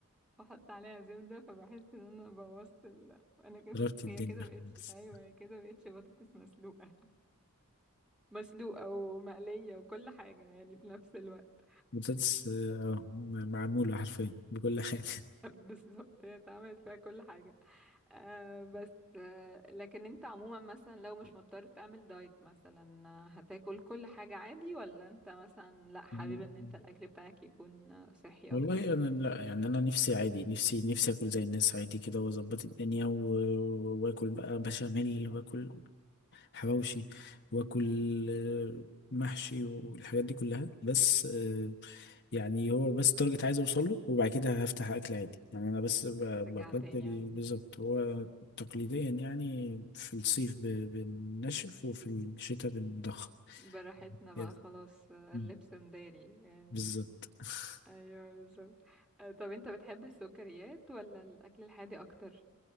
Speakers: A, in the centre; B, on the left (about 55°).
A: بحط عليها زبدة فبحس ان انا بوظت ال... انا كده
B: جربت الدنيا
A: هي كده بقتش
B: خالص
A: ايوه هي كده بقتش بطاطس مسلوقة <laughs> مسلوقة ومقلية وكل حاجة يعني في نفس الوقت
B: البطاطس اه آه، معموله حرفيا بكل حاجه
A: <laughs> بالظبط هي اتعملت فيها كل حاجة آه بس آه لكن انت عموما مثلا لو مش مضطر تعمل دايت مثلا آه، هتاكل كل حاجة عادي ولا انت مثلا لا حابب
B: <laughs>
A: ان انت الاكل بتاعك يكون آه، صحي
B: والله
A: اكتر
B: انا لا يعني انا نفسي عادي نفسي نفسي اكل زي الناس عادي كده واظبط الدنيا و- واكل بقى بشاميل واكل حواوشي واكل آه، محشي والحاجات دي كلها بس آه، يعني هو بس التارجت عايز اوصل له وبعد كده هفتح اكل عادي يعني انا بس ب-
A: رجع
B: بقتل
A: تاني عادي
B: بالظبط هو تقليديا يعني في الصيف ب- بنشف وفي الشتاء بنضخم
A: براحتنا
B: كده
A: بقى خلاص آه،
B: مم.
A: اللبس مداري يعني
B: بالظبط <laughs>
A: ايوه بالظبط آه، طب انت بتحب السكريات ولا الاكل الحادق اكتر